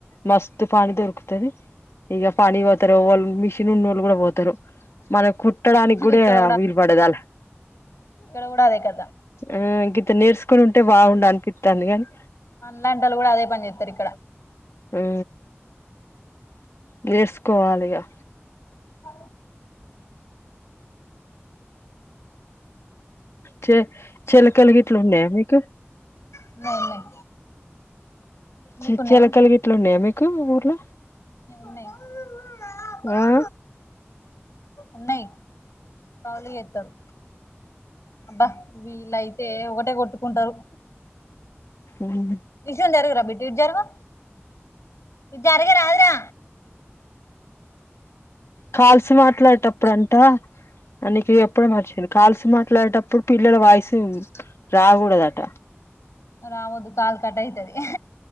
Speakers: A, on the left; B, on the left.
A: మస్తు పని దొరుకుతది ఇక పనికి పోతారు వాళ్ళు మిషిన్ ఉన్న వాళ్ళు కూడా పోతారు మన కు కట్టడానికి కూడా
B: ఇక్కడ
A: వీలు పడదల
B: నువ్వు కూడ అదే కథ
A: ఆ ఇంగింత నేర్చుకుని ఉంటే బాగుండు అనిపితాంది గాని
B: మనల్లాంటోళ్ళు కూడా అదే పని చెస్తారు ఇక్కడ
A: ఉ నేర్చుకోవాలిగా
B: హ
A: చె చెలకలు గిట్ల ఉన్నాయా మీకు
B: ఉన్నయి ఉన్నాయి
A: చె
B: మీకున్నాయా
A: చెలకలు గిట్ల ఉన్నాయా మీకు ఊర్లో
B: ఉన్నాయి ఉన్నాయి
A: ఆ
B: ఉన్నాయి కవులు ఏస్తారు అబ్బా వీళ్ళయితే ఒకటే కొట్టుకుంటారు
A: ఉహు
B: విషయం జరుగురా బిట్టి ఇటు జరుగు ఇటు జరగ రాదురా
A: కాల్సి మాట్లాడేటప్పుడు అంటా న నీకు ఎప్పుడో మర్చిది కాల్స్ మాట్లాడేటప్పుడు పిల్లల వాయిసు రాకూడదట
B: రవోద్దు కాల్ కట్ అయితది